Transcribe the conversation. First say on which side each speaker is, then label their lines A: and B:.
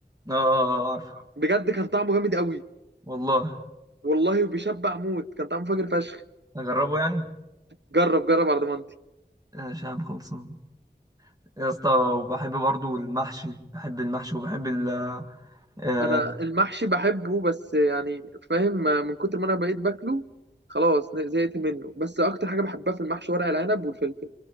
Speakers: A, on the right; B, on the right.
A: اه اه آه، عارفه
B: بجد كان طعمه جامد قوي
A: والله
B: والله وبيشبع موت كان طعمه فاجر فشخ
A: اجربه يعني
B: جرب جرب على ضمانتي
A: ماشي يا عم خلصان يا اسطى وبحب برضو المحشي بحب المحشي وبحب ال آه،
B: انا المحشي بحبه بس يعني فاهم من كتر ما انا بقيت باكله خلاص زهقت منه بس اكتر حاجه بحبها في المحشي ورق العنب والفلفل